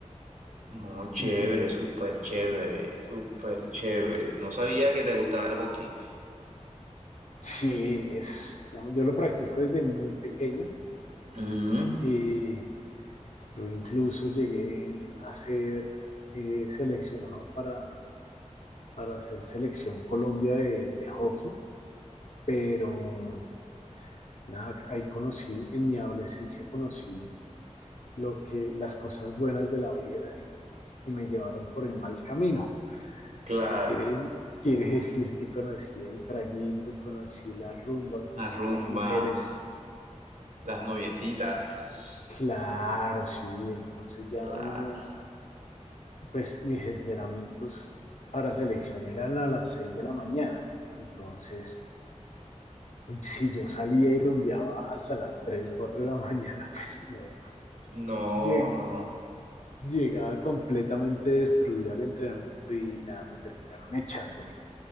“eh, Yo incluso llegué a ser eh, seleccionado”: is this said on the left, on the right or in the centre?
Left